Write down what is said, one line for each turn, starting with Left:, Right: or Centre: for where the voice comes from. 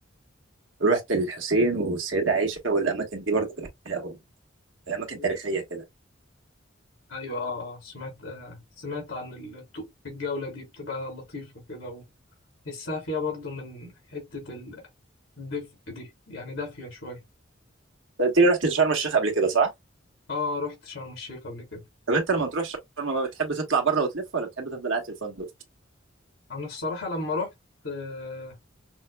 Right: رحت الحسين والسيده عائشه والاماكن دي برضه كانت جميلة أوي. اماكن
Left: ايوه
Right: تاريخيه كده
Left: ايوه اه آه، سمعت آه سمعت عن الت- الجولة دي بتبقى لطيفة كده وحسها فيها برضو من حتة ال- الدفء دي يعني دافية شوية
Right: أنت قلت لي رحت شرم الشيخ قبل كده صح
Left: اه رحت شرم الشيخ قبل كده
Right: طب انت لما تروح شرم بقى بتحب تطلع بره وتلف ولا بتحب تفضل قاعد في الفندق
Left: انا الصراحة لما رحت آه،